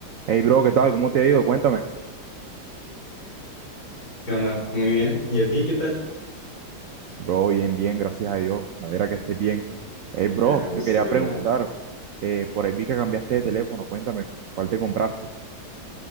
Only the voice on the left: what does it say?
¿Qué onda? Muy bien. ¿Y a ti qué tal?
Me gusto
igual.